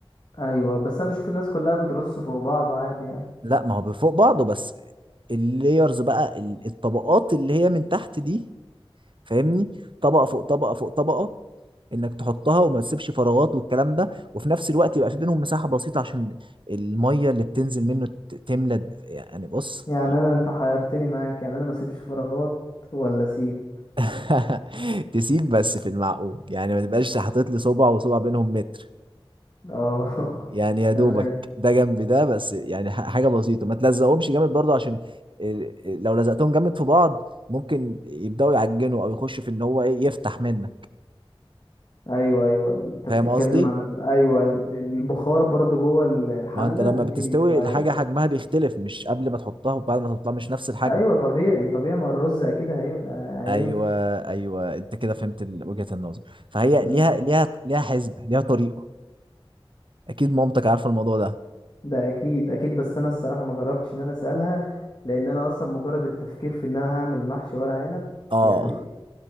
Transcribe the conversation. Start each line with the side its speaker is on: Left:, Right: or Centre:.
Left: ايوه بس انا بشوف الناس كلها بترص فوق بعض عادي يعني
Right: لا ما هو بفوق بعضه بس اللييرز بقى ال- الطبقات اللي هي من تحت دي فاهمني طبقة فوق طبقة فوق طبقة انك تحطها وما تسيبش فراغات والكلام ده وفي نفس الوقت يبقى في بينهم مساحة بسيطة عشان المية اللي بتنزل منه ت- تملى د- يعني بص
Left: يعني انا انت حيرتني معاك يعني انا ما اسيبش فراغات ولا اسيب
Right: <laughs> تسيب بس في المعقول يعني ما تبقاش حاطط لي صبع وصبع بينهم متر
Left: اه
Right: يعني يا دوبك
Left: <laughs> تمام
Right: ده جنب ده بس يعني ح- حاجه بسيطه ما تلزقهمش جامد برضه عشان ال- ال- لو لزقتهم جامد في بعض ممكن يبداوا يعجنوا او يخش في ان هو ايه يفتح منك
Left: ايوه ايوه انت
Right: فاهم
Left: بتتكلم
Right: قصدي
Left: على ال- ايوه ال- البخار برضو جوه ال- الحله
Right: ما انت لما
Left: ممكن
Right: بتستوي
Left: يف... ايوه
Right: الحاجه حجمها بيختلف مش قبل ما تحطها وبعد ما تحطها مش نفس الحجم
Left: ايوه طبيعي طبيعي ما الرز اكيد هينفع هينفش
Right: ايوه ايوه انت كده فهمت ال- وجهه النظر فهي
Left: مم.
Right: ليها ليها ليها حسبه ليها طريقه اكيد مامتك عارفه الموضوع ده
Left: ده اكيد اكيد بس انا الصراحه ما جربتش ان انا اسالها لان انا اصلا مجرد التفكير في ان انا هعمل محشي ورق عنب
Right: اه
Left: يعني